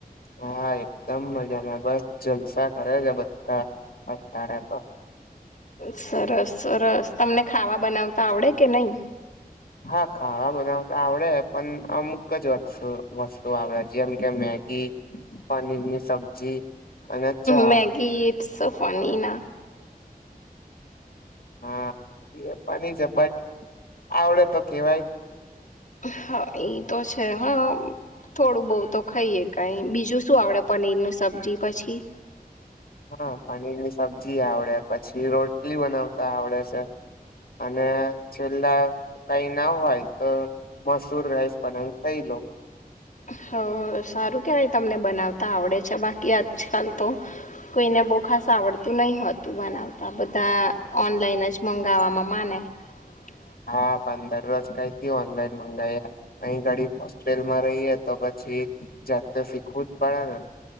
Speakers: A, on the left (about 70°); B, on the left (about 55°).
A: હા એકદમ મજામાં બસ જલસા કરે છે. બધા બતાર તો
B: સરસ સરસ તમને ખાવા બનાવતા આવડે કે નહી.
A: હા, ખાવાનુ બનાવતા આવડે પણ અમુક જ વસ્તુ આવડે જેમ કે મેગી. પનીર ની સબ્જી. અને ચા
B: મેગી ઇટસ ફની ના.
A: હા એ પણ છે. બટ આવડે તો કેવાય.
B: હા એઈ તો છે. હા થોડું બહુ તો ખાઈએ કઈ બીજું શું આવડે પનીર ન સબ્જી પછી.
A: હા પનીરની સબ્જી આવડે પછી રોટલી બનાવતા આવડે છે. અને છેલ્લા કંઈ ના હોય, તો મસૂર રાઈસ બના થઈ લે. હલો.
B: હ, સારું કેહેવાય. તમને બનાવતા આવડે છે? બાકી આજકાલ તો કોઈને બો ખાસ આવડતું નહીં હોતું. બનાવતા બધા ઓનલાઈન જ મંગાવવામાં માને. <unintelligible>
A: હા, પંદરરોજ કઈથી ઓનલાઈન મંગાવી એ? અહીં ઘડી હોસ્ટેલમાં રહીએ, તો પછી પછી જાતે શીખવું જ પડે ને?